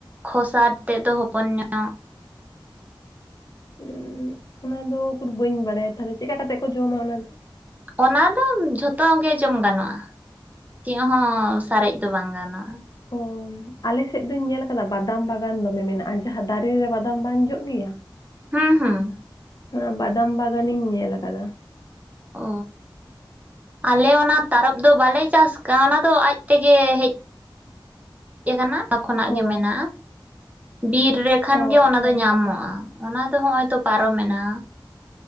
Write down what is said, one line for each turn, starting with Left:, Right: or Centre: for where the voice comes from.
Right: ᱠᱷᱚᱥᱟᱨ ᱛᱮᱫ ᱫᱚ ᱦᱚᱯᱚᱱ ᱧᱚᱸᱜ᱾
Left: ᱩ ᱚᱱᱟ ᱫᱚ ᱩᱠᱩᱨ ᱵᱟᱹᱧ ᱵᱟᱲᱟᱭᱟ ᱛᱟᱦᱞᱮ ᱪᱮᱠᱟ ᱠᱟᱛᱮᱜ ᱠᱚ ᱡᱚᱢᱟ ᱚᱱᱟ ᱫᱚ
Right: ᱚᱱᱟ ᱫᱚ ᱡᱷᱚᱛᱚ ᱜᱮ ᱡᱚᱢ ᱜᱟᱱᱚᱜᱼᱟ ᱪᱮᱫ ᱦᱚᱸ ᱥᱟᱨᱮᱡᱽ ᱫᱚ ᱵᱟᱝ ᱜᱟᱱᱚᱜᱼᱟ᱾
Left: ᱚ ᱟᱞᱮ ᱥᱮᱫ ᱫᱚᱧ ᱧᱮᱞ ᱟᱠᱟᱫᱟ ᱵᱟᱫᱟᱢ ᱵᱟᱜᱟᱱ ᱫᱚᱢᱮ ᱢᱮᱱᱟᱜᱼᱟ ᱡᱟᱦᱟᱸ ᱫᱟᱨᱮ ᱨᱮ ᱵᱟᱫᱟᱢ ᱵᱟᱝ ᱡᱚᱜ ᱜᱮᱭᱟ᱾
Right: ᱦᱩᱸ ᱦᱩᱸ
Left: ᱚᱱᱟ ᱵᱟᱫᱟᱢ ᱵᱟᱜᱟᱱ ᱤᱧ ᱧᱮᱞ ᱟᱠᱟᱫᱟ᱾
Right: ᱚ ᱟᱞᱮ ᱚᱱᱟ ᱛᱟᱨᱚᱯ ᱫᱚ ᱵᱟᱞᱮ ᱪᱟᱥ ᱟᱠᱟᱜ ᱚᱱᱟ ᱫᱚ ᱟᱡᱽ ᱛᱮᱜᱮ ᱦᱮᱡᱽ ᱦᱮ ᱟᱠᱟᱱᱟ ᱛᱚᱠᱷᱚᱱᱟᱜ
Left: ᱚ
Right: ᱜᱮ ᱢᱮᱱᱟᱜᱼᱟ᱾ ᱵᱤᱨ ᱨᱮᱠᱷᱟᱱ
Left: ᱚ
Right: ᱜᱮ ᱚᱱᱟ ᱫᱚ ᱧᱟᱢᱚᱜᱼᱟ ᱚᱱᱟ ᱫᱚ ᱦᱚᱜᱼ ᱚᱭ ᱛᱚ ᱯᱟᱨᱚᱢᱮᱱᱟ᱾